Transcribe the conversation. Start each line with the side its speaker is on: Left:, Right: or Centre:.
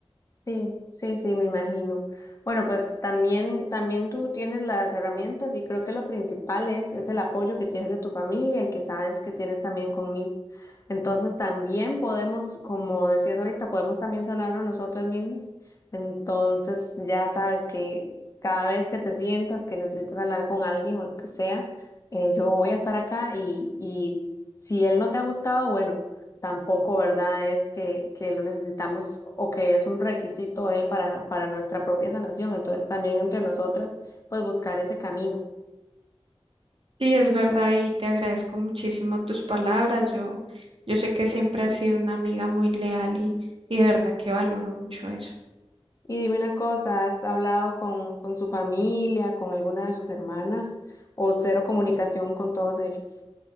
Left: Sí, sí, sí, me imagino. Bueno, pues también, también tú tienes las herramientas y creo que lo principal es, es el apoyo que tienes de tu familia y que sabes que tienes también conmigo. Entonces también podemos, como decías ahorita, podemos también sanarlo nosotras mismas. Entonces ya sabes que cada vez que te sientas que necesitas hablar con alguien o lo que sea, eh, yo voy a estar acá y, y si él no te ha buscado, bueno tampoco, ¿verdad? Es que, que lo necesitamos o que es un requisito él para, para nuestra propia sanación. Entonces también entre nosotras, pues buscar ese camino.
Right: Sí, es verdad y te agradezco muchísimo tus palabras. Yo, yo sé que siempre has sido una amiga muy leal y, y de verdad que valoro mucho eso.
Left: Y dime una cosa, ¿has hablado con, con su familia, con alguna de sus hermanas o cero comunicación con todos ellos?